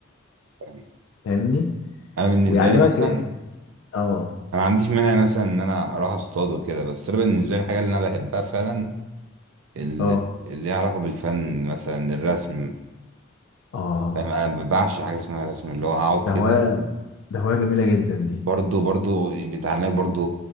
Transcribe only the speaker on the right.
فاهم.
أنا بالنسبة
لي مثلا أنا
ما عنديش مانع مثلا إن أنا أروح أصطاد وكده بس أنا بالنسبة لي الحاجة اللي أنا بحبها فعلا ال-
اللي ليها علاقة بالفن مثلا الرسم
فاهم أنا بعشق حاجة اسمها رسم اللي هو أقعد
كده
برضو برضو بيتعلمك برضو